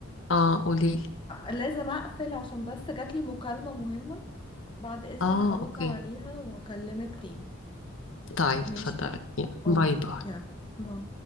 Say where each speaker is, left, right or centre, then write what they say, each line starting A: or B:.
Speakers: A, on the left; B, on the left.
A: اه قوليلي
B: لازم اقفل عشان بس جاتلي مكالمه مهمه بعد اذنك
A: اه
B: هرد
A: اوكي
B: عليها واكلمك تاني
A: طيب
B: ماشي
A: اتفضلي يلا
B: اوكي
A: باي باي
B: يلا باي